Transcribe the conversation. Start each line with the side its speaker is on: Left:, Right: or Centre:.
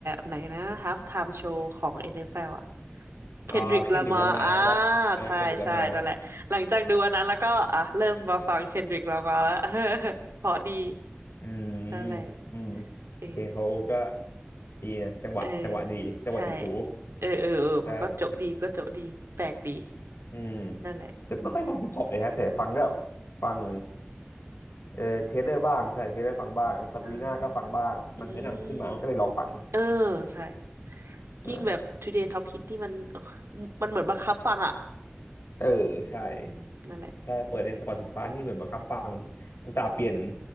Right: ไหนนะ Half Time Show ของ NFL อนเอฟแอลอ่ะ Kendrick
Left: อ่าเคนดิรามาป่ะเออเคนดิรามา
Right: Lamar อ่าใช่ใช่นั่นแหละหลังจากดูอันนั้นแล้วก็อ่ะเริ่มมาฟัง Kendrick Lamar แล้ว <laughs> เพราะดี
Left: อืม
Right: นั่นแหละ
Left: อืม
Right: เออ
Left: เพลงเขาก็ ดีนะจังหวะจังหวะดีจังหวะติดหู
Right: เออใช่เออเออเออมันก็โจ๊ะดีก็โจ๊ะดีแปลกดี
Left: ได้อืม
Right: นั่นแหละ
Left: แต่ไม่ค่อยฟังฮิปฮอปเลยฮะแต่ฟังก็แบบฟังเออเทเลอร์บ้างใช่เทเลอร์ฟังบ้างซาบรีนาก็ฟังบ้างมันแนะนำขึ้นมาก็เลยลองฟัง
Right: อ่าอืมเออใช่
Left: ใช่
Right: ยิ่งแบบ Today
Left: อืม
Right: Top Hit ที่มันมันเหมือนบังคับฟังอ่ะ
Left: เออใช่
Right: อืมนั่นแหละ
Left: ใช่เปิดใน Spotify นี่เหมือนบังคับฟังอุตส่าห์เปลี่ยน